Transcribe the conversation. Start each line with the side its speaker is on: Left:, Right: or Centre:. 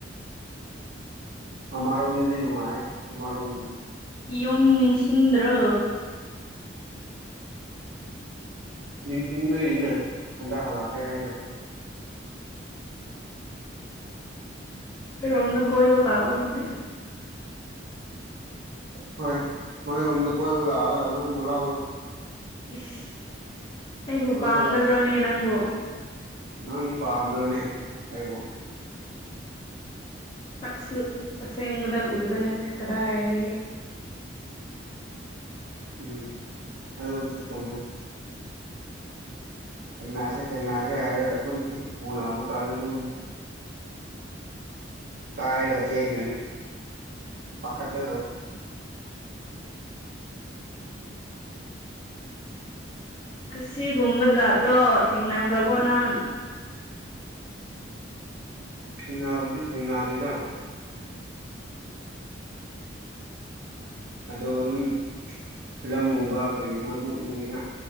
Right: ꯑꯥꯔꯣꯝꯅꯗꯤꯅꯅꯨꯡꯍꯦ ꯇꯔꯣ ꯑꯣꯝ
Left: ꯌꯨꯝ ꯅꯤꯡꯁꯤꯡꯗ꯭ꯔꯣ
Right: ꯅꯤꯡꯊꯕꯒꯤꯅꯦ ꯁꯟꯗꯍꯜꯂꯛꯀꯦ ꯍꯥꯏꯗꯣ
Left: ꯔꯣꯝꯗ ꯀꯣꯏꯕ ꯂꯥꯛꯑꯣ ꯑꯗꯨꯗꯤ
Right: ꯍꯣꯏ ꯃꯣꯏ ꯔꯣꯝꯗ ꯀꯣꯏꯕꯨ ꯂꯑꯒ ꯅꯪ ꯣꯂ
Left: ꯏꯁ ꯑꯩꯕꯨ
Right: ꯅꯪꯕ
Left: ꯄꯥꯝꯒꯗ꯭ꯔꯣꯅꯦ
Right: ꯂꯧ
Left: ꯅꯪꯒꯣ
Right: ꯅꯪꯗꯤ ꯄꯥꯝꯗ꯭ꯔꯣꯅꯦ ꯑꯩꯕꯨꯣ
Left: ꯆꯛꯁꯨ ꯁꯦꯡꯕꯗ ꯎꯗꯅ ꯀꯗꯥ ꯍꯥꯏꯔꯤꯒꯦ
Right: ꯎꯝ ꯑ ꯑꯣꯏꯁꯨ ꯁꯣꯉ ꯍꯛꯅꯥꯁꯦ ꯇꯦꯡꯅꯥꯁꯦ ꯍꯥꯏꯔꯒ ꯑꯗꯨꯝ ꯍꯦꯛ ꯄꯨꯅꯕ ꯀꯥꯟꯗ ꯑꯗꯨꯝ ꯀꯥꯏꯔꯒ ꯆꯦꯟꯒꯅꯤ ꯄꯥꯈꯠꯂꯣ
Left: ꯑꯁꯤꯒꯨꯝꯕ ꯖꯥꯠꯇꯣ ꯊꯦꯡꯅꯈ꯭ꯔꯕꯣ ꯅꯪ
Right: ꯅꯅꯥꯕꯨꯗꯤ ꯊ ꯅꯅꯥꯗꯦꯗ ꯑꯗꯣ ꯑꯗꯨꯝ ꯐꯤꯂꯝꯒꯨꯝꯕ ꯀꯔꯤꯅ ꯑꯗꯨꯝ ꯎꯔꯤꯅ